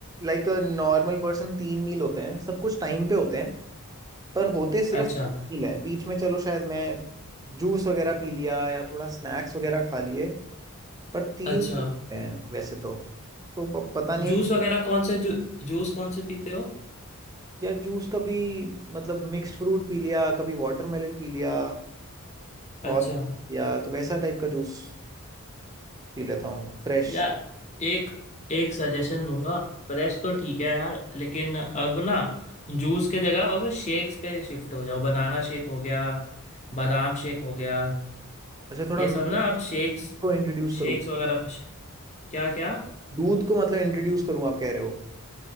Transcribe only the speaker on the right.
लाइक अ नॉर्मल पर्सन तीन मील होते हैं सब कुछ टाइम पे होते हैं पर होते सिर्फ
तीन मील है बीच में चलो शायद मैं जूस वगैरह पी लिया या थोड़ा स्नैक्स वगैरह खा लिए पर तीन
meal होते हैं वैसे तो तो प- पता नहीं
यार जूस कभी मतलब मिक्स्ड फ्रूट पी लिया कभी वाटरमेलन पी लिया
ऑरेंज पी लिया तो वैसा टाइप का जूस पी लेता हूँ फ्रेश
अच्छा थोड़ा
milk
को इंट्रोड्यूस
करूँ
दूध को मतलब इंट्रोड्यूस करूँ आप कह रहे हो